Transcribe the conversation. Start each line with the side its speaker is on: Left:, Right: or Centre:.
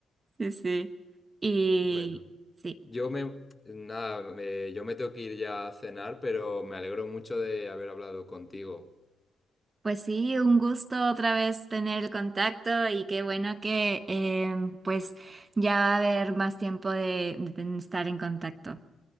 Right: Sí, sí. Y
Left: Bueno,
Right: sí.
Left: yo me, nada, me- yo me tengo que ir ya a cenar, pero me alegro mucho de haber hablado contigo.
Right: Pues sí, un gusto otra vez tener el contacto y qué bueno que em, pues ya va a haber más tiempo de, de estar en contacto.